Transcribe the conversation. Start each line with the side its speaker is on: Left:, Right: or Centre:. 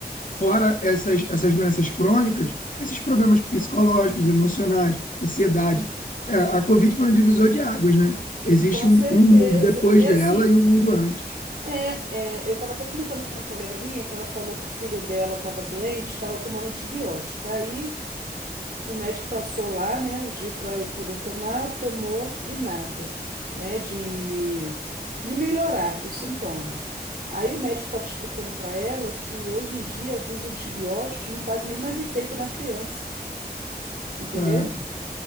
Left: fora essas, essas doenças crônicas, esses problemas psicológicos, emocionais, ansiedade. É, a Covid foi um divisor de águas, né? Existe
Right: Com certeza.
Left: um, um mundo depois
Right: E assim.
Left: dela e um mundo antes.
Right: É, é, eu estava até comentando com uma colega minha que ela falou que o filho dela estava doente, estava tomando antibiótico. Aí o médico passou lá, né, os dias para ele poder tomar, tomou e nada, né, de, de melhorar os sintomas. Aí o médico estava explicando para ela que hoje em dia alguns antibióticos não fazem nem mais efeito na criança, entendeu?
Left: Caraca,